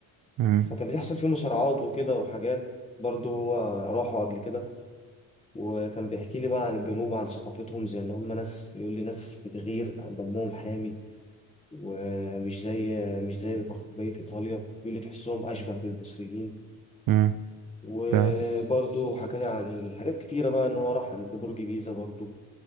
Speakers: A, on the right; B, on the left.
A: مم.
B: فكان بيحصل فيه مصارعات وكده وحاجات برضه هو راحوا قبل كده وكان بيحكي لي بقى عن الجنوب عن ثقافتهم زي ان هم ناس بيقول لي ناس بتغير دمهم حامي ومش زي مش زي بقية إيطاليا اللي تحسهم أشبه بالمصريين
A: مم.
B: وبرضه
A: ف...
B: حكالي عن حاجات كتيرة بقى إن هو راح عند برج بيزا برضه